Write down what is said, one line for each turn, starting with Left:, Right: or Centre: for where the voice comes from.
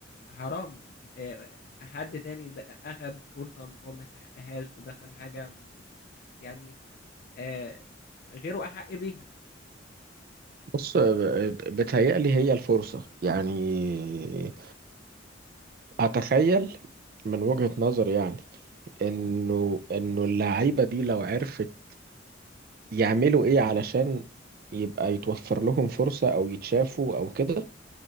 Left: حرام آه، حد تاني د- أخد فرصة هو ما يستحقهاش ودخل حاجة مش يعني آه، غيره أحق بيها
Right: بص ب- بتهيألي هي الفرصة يعني أتخيل من وجهة نظر يعني انه انه اللعيبه دي لو عرفت يعملوا ايه علشان يبقى يتوفر لهم فرصه او يتشافوا او كده